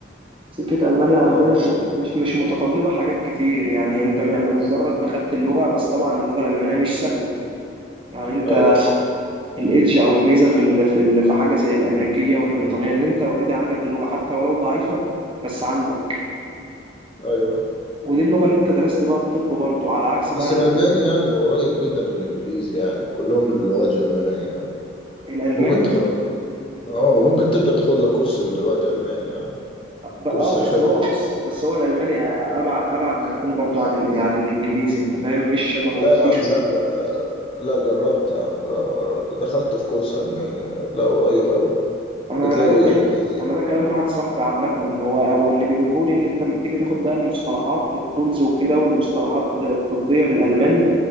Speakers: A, on the right (about 30°); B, on the left (about 30°).
A: سكة ألمانيا عندنا
B: اه
A: م- مش مش متطلبة حاجات كتير يعني أنت م- مجرد ما خدت اللغة بس طبعا اللغة الألمانية مش سهلة يعني أنت
B: ايوه
A: الإيدج أو الميزة في ال- في ال- في حاجة زي الأمريكية والبريطانية إن أنت أوريدي عندك اللغة حتى ولو ضعيفة بس عندك
B: ايوه
A: ودي اللغة اللي أنت درست بقى الطب برضه على عكس بقى
B: بس الألماني
A: ال-
B: يعني قريب جدا من الإنجليزي يعني كلهم اللغات جرمانية
A: الألماني
B: ممكن تاخد اه ممكن تبدأ تاخد لك كورس من دلوقتي ألماني يعني
A: ب- أه
B: كورس
A: بس
B: حلو
A: هو بص بس هو الألماني أ- أبعد أبعد ما يكون برضه عن ال- عن الإنجليزي أنت فاهم مش شبهه
B: لا يا
A: في
B: عم لا لا لا لا لا جربت يا عم دخلت في كورس ألماني لا قريب أوي
A: انا
B: بتلاقي
A: انا ده كلام
B: ألماني
A: انا ده كلام واحد صاحبي عامه هو هو اللي بيقوله لي ان انت لما بتيجي تاخد بقى المصطلحات التولز وكده والمصطلحات الطبيه بالالماني